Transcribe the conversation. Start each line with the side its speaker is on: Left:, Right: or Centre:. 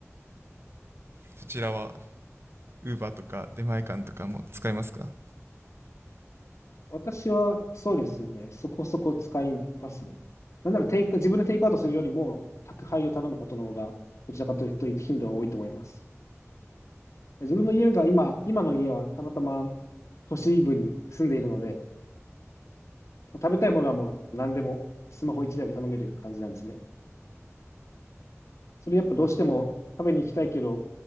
Right: そちらは Uber とか出前館とかも使いますか
Left: 私は、そうですね。そこそこ使いますね。なんならテイク、自分でテイクアウトするよりも、宅配を頼むことの方が、どちらかというと頻度は多いと思います。自分の家が今、今の家はたまたま都市部に住んでいるので、食べたいものはもう何でもスマホ一台で頼める感じなんですね。それやっぱどうしても食べに行きたいけど、